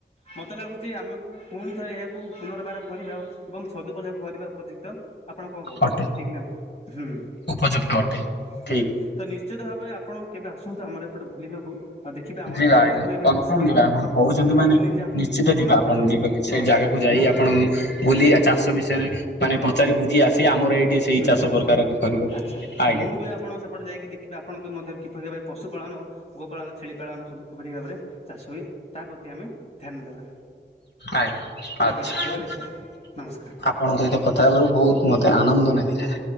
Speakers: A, on the left (about 35°); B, on the left (about 65°).
A: ମତେ ଲାଗୁଛି ଆମକୁ ପୁଣି ଥରେ ଏହାକୁ ପୁନର୍ବାର କରିବା ଏବଂ ସଦୁପଯୋଗ କରିବା ଉପଯୁକ୍ତ। ଆପଣ କଣ କହୁଛନ୍ତି
B: ଅଟେ
A: ଠିକ୍ ନା ଭୁଲ। ହୁଁ
B: ଉପଯୁକ୍ତ
A: ତ
B: ଅଟେ
A: ହଁ
B: ଠିକ
A: ତ ନି ନିଶ୍ଚିତ ଭାବରେ ଆପଣ କେବେ ଆସନ୍ତୁ ଆମର ଏପଟେ ବୁଲିବାକୁ। ଆଉ ଦେଖିବେ ଆମର
B: ଯିବା
A: କିପଟେ
B: ଆଜ୍ଞା
A: ଏବେଟେ
B: କନଫର୍ମ
A: ପଶୁପାଳନ
B: ଯିବା
A: ହଉଛି।
B: ଆପଣ କହୁଛନ୍ତି
A: ଆଉ ମୁଁ
B: ମାନେ
A: ବି ନିଜେ
B: ନିଶ୍ଚିତ
A: ଆପଣ
B: ଯିବା
A: ସେପଟେ ଯିବି।
B: ଯିବା ସେ
A: ହଁ।
B: ଜାଗାକୁ ଯାଇ
A: ମୁଁ
B: ଆପଣ ବୁଲି ଚାଷ ବିଷୟରେ ମାନେ ପଚାରି ବୁଝି ଆସି ଆମର ଏଇଠି ସେଇ
A: ହୁଁ
B: ଚାଷ ପ୍ରକାରକୁ କରିବାକୁ
A: ଆଚ୍ଛା
B: ଆଜ୍ଞା।
A: ମୁଁ ବି ଆପଣଙ୍କ ସେପଟେ ଯାଇକି ଦେଖିବି ଆପଣଙ୍କ ମଧ୍ୟରେ କିପରି ଭାବେ ପଶୁପାଳନ ଗୋ ପାଳନ ଛେଳି ପାଳନ ସବୁ ଖୁପରି ଭାବରେ ଚାଷ ହୁଏ। ତା ପ୍ରତି ଆମେ ଧ୍ୟାନ ଦେବା।
B: ଆଜ୍ଞା
A: ଆଜ୍ଞା
B: ଆଛା
A: ରହିଲି
B: ଆପଣଙ୍କ
A: ସାର୍ ନମସ୍କାର।
B: ସହିତ କଥା ହେବାରୁ ବହୁତ ମତେ ଆନନ୍ଦ ନାଗିଲା।